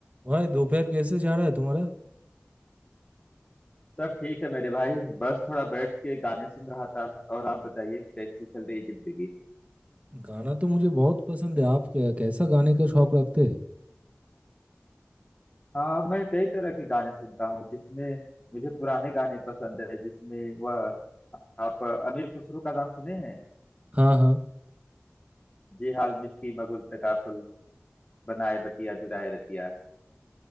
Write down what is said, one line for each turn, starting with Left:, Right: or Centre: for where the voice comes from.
Right: भाई दोपहर कैसे जा रहा है तुम्हारा
Left: सब ठीक है मेरे भाई बस थोड़ा बैठ के गाने सुन रहा था और आप बताइए कैसी चल रही है जिंदगी
Right: गाना तो मुझे बहुत पसंद है आप कै- कैसा गाने का शौक रखते हैं
Left: हाँ मैं कई तरह के गाने सुनता हूँ जिसमें मुझे पुराने गाने पसंद है जिसमें वह आप अमीर खुसरो का नाम सुने हैं
Right: हाँ हाँ
Left: जे हाल मिसकी मगुल तकापुल बनाए बतिया दुराए रतिया